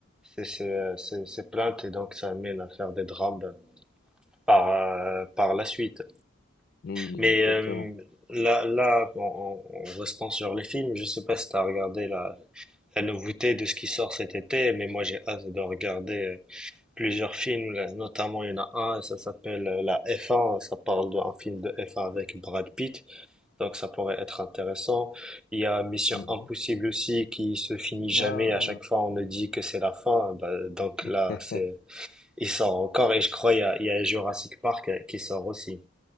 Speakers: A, in the centre; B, on the left.
A: ces, ces- ces- ces plaintes et donc ça amène à faire des drames par, euh, par la suite.
B: Oui,
A: Mais
B: exactement.
A: euh, là, là en, en- en restant sur les films, je sais pas si tu as regardé la, la nouveauté de ce qui sort cet été, mais moi j'ai hâte de regarder euh, plusieurs films, là, notamment il y en a un, ça s'appelle euh, La F1, ça parle d'un film de F1 avec Brad Pitt. Donc ça pourrait être intéressant. Il y a Mission
B: Mhm.
A: Impossible aussi qui se finit jamais.
B: Ah,
A: À chaque fois, on me dit que c'est la fin. Bah, donc
B: <laughs>
A: là, c'est il sort encore et je crois il y a, il y a Jurassic Park euh, qui sort aussi.